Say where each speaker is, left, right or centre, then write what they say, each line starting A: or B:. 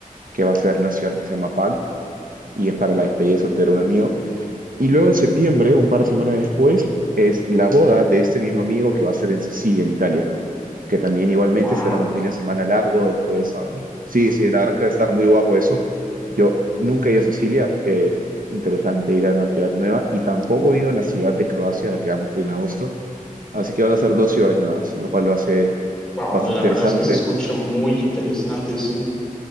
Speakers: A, on the right; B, in the centre.
A: que va a ser una ciudad que se llama Pag y es para la despedida de soltero de un amigo. Y luego en septiembre, un par de semanas después, es la boda de este mismo amigo que va a ser en Sicilia, en Italia que también igualmente
B: Wow,
A: será un fin de semana largo de jueves a domingo. Sí, sí, la verdad es que va a estar muy guapo eso. Yo nunca he ido a Sicilia, así que interesante ir a una ciudad nueva y tampoco he ido a la ciudad de Croacia, a la que vamos a ir en agosto, así que van a ser dos ciudades nuevas, lo cual lo hace
B: wow,
A: bastante
B: la verdad
A: interesante.
B: es que se escucha muy interesante, sí.